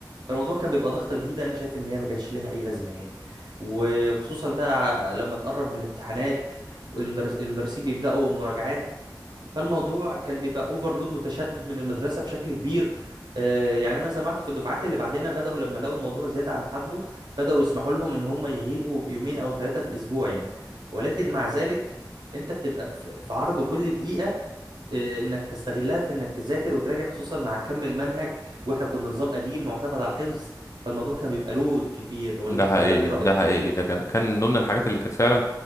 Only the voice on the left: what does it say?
ده
حقيقي
ده حقيقي ده كان كان من ضمن الحاجات اللي كانت فعلا